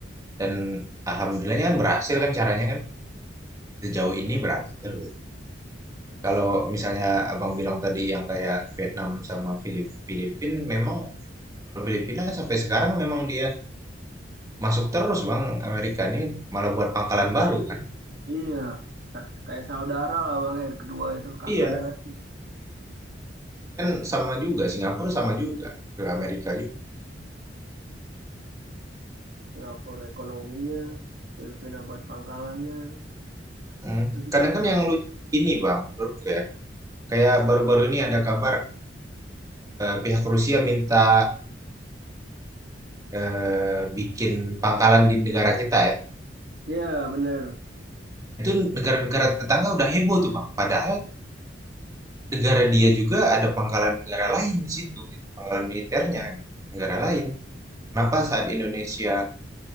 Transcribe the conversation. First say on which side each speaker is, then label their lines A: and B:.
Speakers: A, on the right; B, on the right.
A: dan alhamdulillahnya kan berhasil kan caranya kan sejauh ini berhasil gitu. Kalau misalnya abang bilang tadi yang kayak Vietnam sama Filip Filipin memang Kalau Filipina sampai sekarang memang dia masuk terus Bang Amerika ini malah buat pangkalan baru kan.
B: Iya, ka- kayak saudara lah bang yang kedua itu kakak
A: Iya,
B: dan adik.
A: kan sama juga Singapura sama juga ke Amerika juga.
B: Singapura ekonominya, Filipina buat pangkalannya.
A: Hmm.
B: Filipina,
A: Kadang kan yang lucu ini Bang menurutku ya. Kayak baru-baru ini ada kabar eh, pihak Rusia minta eh, bikin pangkalan di negara kita ya.
B: ya bener.
A: Itu negara-negara tetangga udah heboh tuh Bang. Padahal negara dia juga ada pangkalan negara lain di situ gitu, pangkalan militernya gitu, negara lain. Kenapa saat Indonesia